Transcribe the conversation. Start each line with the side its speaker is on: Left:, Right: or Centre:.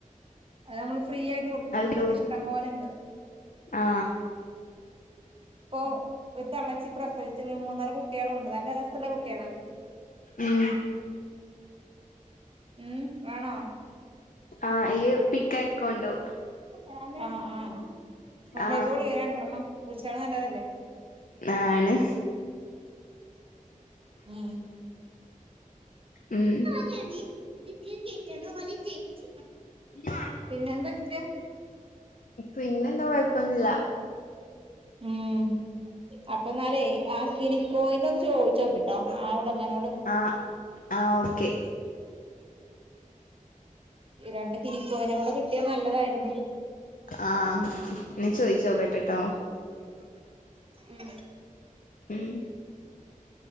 Right: അത് നമ്മള് ഫ്രീ ആയിട്ട് കൊടു
Left: അത്ടൂ
Right: ന്നുണ്ട് ഇവിടെ ഇഷ്ടം പോലെണ്ട്
Left: ആ
Right: ഇപ്പൊ ഒരു തള്ളച്ചി പ്രസവിച്ച മൂന്നാല് കുട്ടികളും ഉണ്ട് നല്ല രസള്ള കുട്ടികളാ
Left: ഉം
Right: ഉം വാണോ
Left: ആഹ് ഈ പിക്കയ്ക്കോണ്ടോ
Right: ആഹ് ആഹ് കൊണ്ടയ്കോളി
Left: ആ
Right: അണ്ട്ര്ണ്ണം പൂച്ചള് നല്ലതല്ലേ
Left: ആണ്
Right: ഉം
Left: ഉം
Right: ഞാന് ഇത് കേറ്റ പോല ചേച്ച
Left: ന്വാ
Right: പിന്നെ എന്തൊക്കെ
Left: പിന്നെന്താ കൊഴപ്പൊന്നില്ല
Right: ഉം അപ്പൊ ന്നാലേ ആഹ് കിളി കോയിന്റ ഒന്ന് ചോദിച്ചോക്കിട്ടോ ആ ഉടമനോട്
Left: ആഹ് ആഹ് ഓക്കെ
Right: രണ്ട് കിനിക്കോവിനെ കൂടെ കിട്ടിയാ നല്ലതായിരുന്നു
Left: ആഹ് ൻ ചോയ്ച്ചോകേട്ടെ ട്ടട്ടോ
Right: ഉം
Left: ഉം